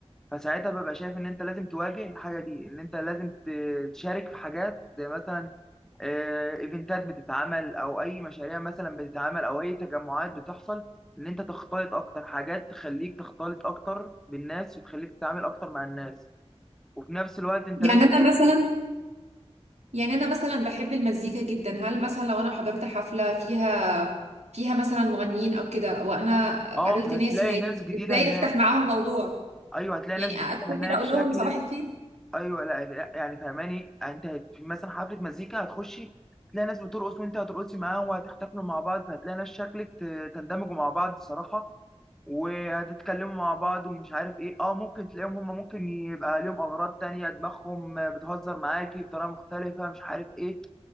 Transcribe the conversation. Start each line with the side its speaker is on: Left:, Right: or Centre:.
Centre: فساعتها ببقى شايف ان انت لازم تواجه الحاجه دي ان انت لازم ت- تشارك في حاجات زي مثلا آه، ايفنتات بتتعمل او اي مشاريع مثلا بتتعمل او اي تجمعات بتحصل ان انت تختلط اكتر حاجات تخليك تختلط اكتر بالناس وتخليك تتعامل اكتر مع الناس وفي نفس الوقت انت
Right: يعني
Centre: لازم
Right: انا مثلا يعني انا مثلا بحب المزيكا جدا هل مثلا لو انا حضرت حفلة فيها فيها مثلا مغنيين او كده وانا
Centre: اه
Right: قابلت ناس
Centre: هتلاقي
Right: هناك
Centre: ناس جديده
Right: ازاي
Centre: هناك
Right: افتح معاهم موضوع
Centre: ايوه هتلاقي
Right: يعني
Centre: ناس جديده
Right: ادخل
Centre: هناك
Right: كده اقول
Centre: شكل
Right: لهم صباح الخير
Centre: ايوه لا لا، يعني فهماني انت في مثلا حفله مزيكا هتخشي تلاقي ناس بترقص وانت هترقصي معاهم وهتحتفلوا مع بعض فهتلاقي ناس شكلك ت- تندمجوا مع بعض صراحه وهتتكلموا مع بعض ومش عارف ايه اه ممكن تلاقيهم هم ممكن يبقى لهم اغراض تانية دماغهم بتهزر معاكي بطريقه مختلفه مش عارف ايه